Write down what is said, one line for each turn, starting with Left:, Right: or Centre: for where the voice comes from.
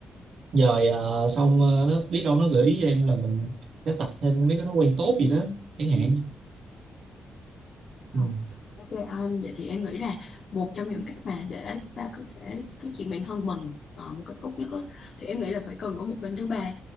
Right: rồi ờ, xong ờ, nó biết đâu nó gợi ý cho em là mình sẽ tập thêm mấy cái thói quen tốt gì đó chẳng hạn
Left: Ờ,
Right: ừ
Left: Ok, um, vậy thì em nghĩ là một trong những cách mà để chúng ta có thể phát triển bản thân mình ờ, một cách tốt nhất á, thì em nghĩ là phải cần có một bên thứ ba